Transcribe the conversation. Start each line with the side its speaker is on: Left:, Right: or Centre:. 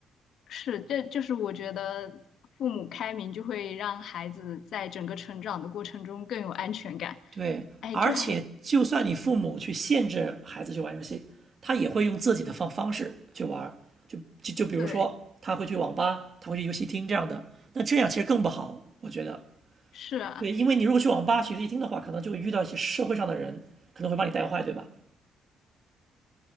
Left: 是，这就是我觉得父母开明就会让孩子在整个成长的过程中更有安全感。
Right: 对，
Left: 哎，
Right: 而且就算你父母去限制孩子去玩游戏，
Left: 这还
Right: 他也会用自己的方方式去玩就就就比如说他会去网吧，
Left: 对，
Right: 他会去游戏厅这样的。那这样其实更不好，我觉得。
Left: 是啊，
Right: 对，因为你如果去网吧、去夜厅的话，可能就会遇到一些社会上的人，可能会把你带坏，对吧？